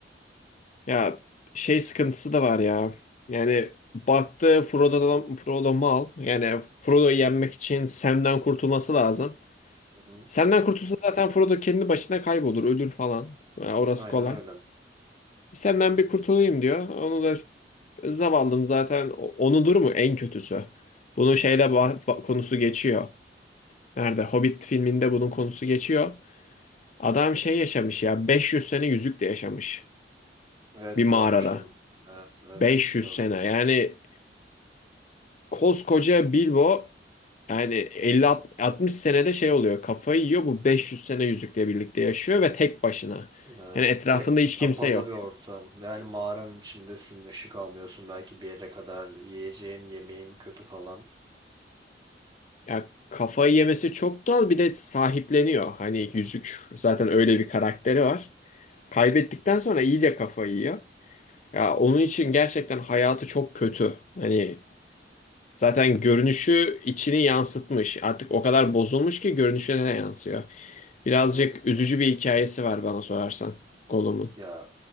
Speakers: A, on the left; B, on the right.
A: ya şey sıkıntısı da var ya. Yani baktı Frodo'dan Frodo mal. Yani Frodo'yu yenmek için Sam'den kurtulması lazım.
B: Hı hı.
A: Sam'den kurtulsa zaten Frodo kendi başına kaybolur, ölür falan. Ya orası
B: Aynen
A: kolay.
B: öyle.
A: Sam'den bir kurtulayım diyor. Onu da zavallım zaten o- onudur mu en kötüsü. Bunu şeyde bah- bah- konusu geçiyor. Nerede? Hobbit filminde bunun konusu geçiyor. Adam şey yaşamış ya 500 sene yüzükle yaşamış
B: Evet
A: bir mağarada.
B: görmüştüm. Evet evet
A: 500
B: gördüm
A: sene
B: bunu.
A: yani koskoca Bilbo yani 50-60 senede şey oluyor kafayı yiyor bu 500 sene yüzükle birlikte yaşıyor ve tek başına.
B: Evet.
A: Hani etrafında
B: Ve
A: hiç
B: kapalı
A: kimse yok.
B: bir ortam. Yani mağaranın içindesin, ışık almıyorsun belki bir yere kadar. Yiyeceğin, yemeğin kötü falan.
A: Ya kafayı yemesi çok doğal bir de sahipleniyor. Hani yüzük zaten öyle bir karakteri var. Kaybettikten sonra iyice kafayı yiyor. Ya onun için gerçekten hayatı çok kötü. Hani Zaten görünüşü içini yansıtmış. Artık o kadar bozulmuş ki görünüşüne de yansıyor. Birazcık
B: Evet.
A: üzücü bir hikayesi var bana sorarsan Gollum'un.
B: Ya